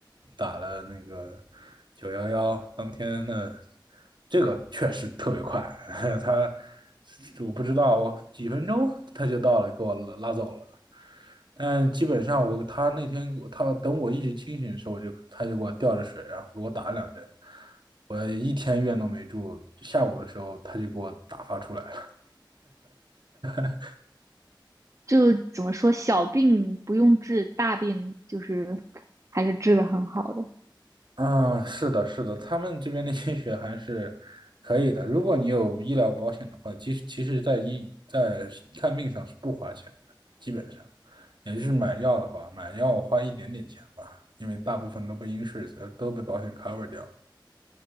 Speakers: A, on the right; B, on the right.
A: 打了那个九幺幺，当天呢，这个确实特别快，<laughs> 他我不知道几分钟他就到了，给我拉拉走了。但基本上我他那天他等我一直清醒的时候，我就他就给我吊着水，然后给我打了两针，我一天院都没住。下午的时候他就给我打发出来了。<laughs>
B: 就怎么说，小病不用治，大病就是还是治的很好的。
A: 啊，是的，是的，他们这边的医学还是可以的。如果你有医疗保险的话，其实其实在医在看病上是不花钱的，基本上，也就是买药的话，买药花一点点钱吧，因为大部分都被 insurance 呃都被保险 cover 掉。